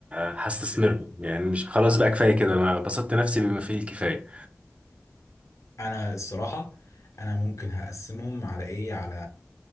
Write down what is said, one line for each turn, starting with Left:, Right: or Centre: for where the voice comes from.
Right: هستثمرهم يعني مش خلاص بقى كفاية كده انا بسطت نفسي بما فيه الكفاية
Left: انا الصراحه انا ممكن هقسمهم على ايه على